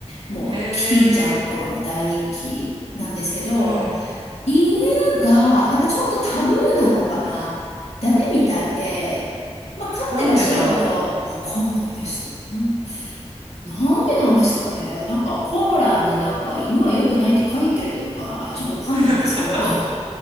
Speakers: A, on the left; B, on the right.
A: もう、
B: へえ、
A: キティちゃんとかも大人気なんですけど、
B: うん。
A: 犬が、なんかちょっとタブーなのかなダメみたいで、まあ、飼ってらっしゃる方、
B: なんでだろ
A: わかんないです。な、なんでなんですかねなんか、コーランになんか犬は良くないって書いてるのかなちょっとわかんないんですけど。
B: う。<laughs>